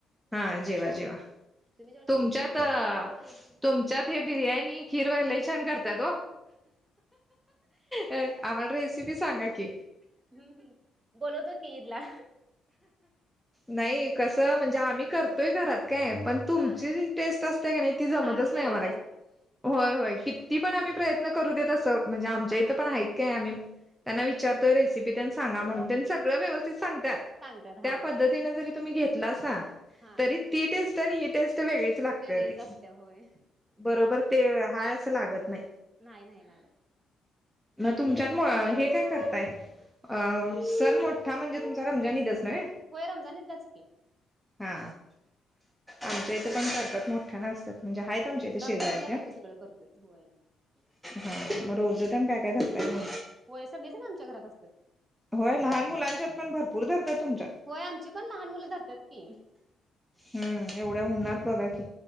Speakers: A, in the centre; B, on the right (about 30°).
A: हा जेवा जेवा
B: तुम्ही जेवला
A: तुमच्यात तुमच्यात हे बिर्याणी खीर बघा लय छान कर त्यात ओ आम्हाला
B: हम्म
A: रेसिपी सांगा की
B: हम्म बोलवतो की ईद ला.
A: नाही कस म्हणजे आम्ही करतोय घरात काय पण- तुमची
B: हा
A: जी टेस्ट असते का नाही, ती जमतच
B: हा वेगळीच
A: नाहीआम्हाला
B: असत्या
A: होय होय क- किती पण आम्ही प्रयत्न करू देत असं, म्हणजे आमच्या
B: हा
A: इथं पण आहेत काय आम्ही. त्यांना विचारतोय रेसिपी तेन, सांगा म्हणून त्यांनी सगळं व्यवस्थित सांगतात.
B: सांगतात
A: त्या
B: हा
A: पद्धतीने जरी तुम्ही घेतला सा,
B: हा
A: तरी ती टेस्ट आणि ही टेस्ट वेगळीच. लागत्या,
B: वेगळीच
A: ती
B: असत्या होय
A: बरोबर ते हाय अस लागत नाही.
B: नाही नाही लागत
A: म तुमच्यात,
B: तुम्ही कुठे राहताय
A: हे काय करताय. अ सण मोठा म्हणजे, तुमचा रमजान ईदच नव्हे,
B: होय, रमजान ईदच की.
A: हा आमच्या इथं पण करतात मोठ्या असतात. म्हणजे हाईत
B: हम्म
A: आमच्या इथे शेजारीपण
B: रमजान ईदलाच आम्ही सगळं करतोय होय
A: हा म रोजा त्यानं काय काय धरतात होय.
B: होय सगळे जण आमच्या घरात असत्यात.
A: होय लहान मुलांच्यात पण भरपूर धरतात तुमच्यात.
B: होय आमची पण लहान मुलं धरतात की
A: हम्म एवढ्या उन्हात बघा की